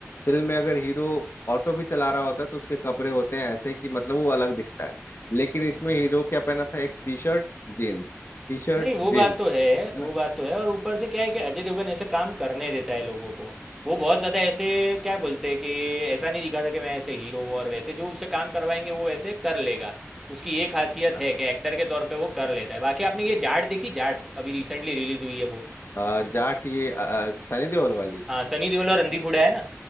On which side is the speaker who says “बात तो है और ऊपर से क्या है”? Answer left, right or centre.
Centre